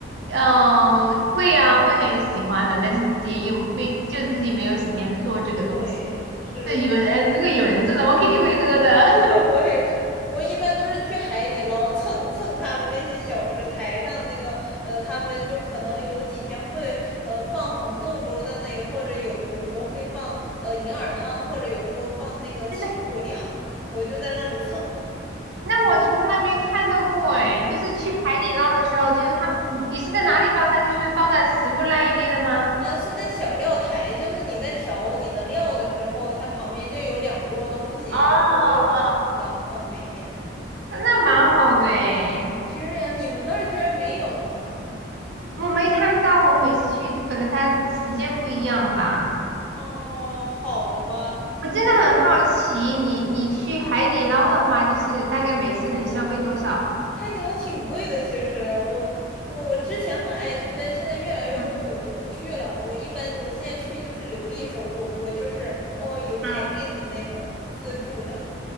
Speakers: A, on the right; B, in the centre.
A: 嗯、呃会啊，会很喜欢的，但是自己也没，就自己没有时间做这个东西。
B: 对，是。
A: 这有人，如果有人做的，我肯定会喝的。
B: <laughs> 我也是，我一般都是去海底捞蹭蹭他们那些小食台上那个，呃，他们就可能有几天会呃放红豆粥在那里，或者有有时候会放呃银耳汤，或者有时候放那个清补凉，
A: <laughs>
B: 我就在那里蹭。
A: 那我从来没看到过哎，就是去海底捞的时候，就是他们，你你是在哪里放？它就是放在食物那一类的吗？
B: 呃，是在小料台，就是你在调你的料的时候，它旁边就有两锅东西，
A: 哦
B: 然后都是不同的，
A: 哦，
B: 嗯，每天
A: 那蛮好的哎，
B: 是呀。你们那儿居然没有吗？
A: 我没看到，我每次去可能它时间不一样吧。
B: 哦，好的吧，
A: 我真的很好奇，你你去海底捞的话，就是大概每次能消费多少？
B: 海底捞挺贵的，其实我我我之前很爱去，但现在越来越贵，
A: 嗯
B: 我就不去了。我一般我现在去就是留一手火锅，就是 all you can
A: 嗯
B: eat 的那种自助的，